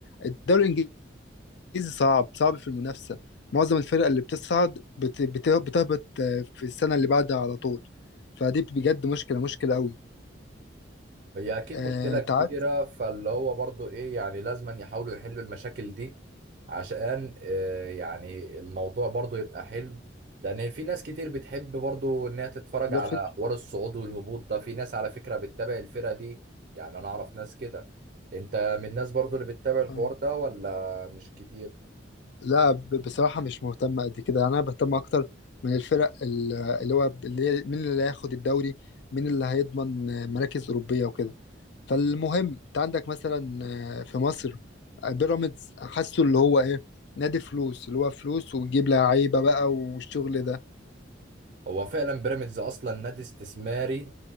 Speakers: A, on the left; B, on the right.
A: الدوري الإنجليزي صعب صعب في المنافسة معظم الفرق اللي بتصعد بت... بت... بتهبط آه، في السنة اللي بعدها على طول فدي بجد مشكلة مشكلة قوي
B: هي اكيد
A: آه،
B: مشكله
A: أنت
B: كبيره
A: عارف
B: فاللي هو برضه ايه يعني لازم يحاولوا يحلوا المشاكل دي عشان آه، يعني الموضوع برضه يبقى حلو لان في ناس كتير بتحب برضه ان هي تتفرج
A: يبقى
B: على
A: في-
B: حوار الصعود والهبوط ده في ناس على فكره بتتابع الفرقه دي يعني انا اعرف ناس كده انت من الناس برضه اللي بتتابع الحوار
A: آه،
B: ده ولا مش كتير
A: لا ب- بصراحة مش مهتم قد كده أنا بهتم أكتر من الفرق ال- اللي هو اللي هي مين اللي هياخد الدوري مين اللي هيضمن آه، مراكز أوروبية وكده فالمهم انت عندك مثلا آه، في مصر آه، بيراميدز حاسه اللي هو ايه نادي فلوس اللي هو فلوس وتجيب لعيبه بقى والشغل ده
B: هو فعلا بيراميدز اصلا نادي استثماري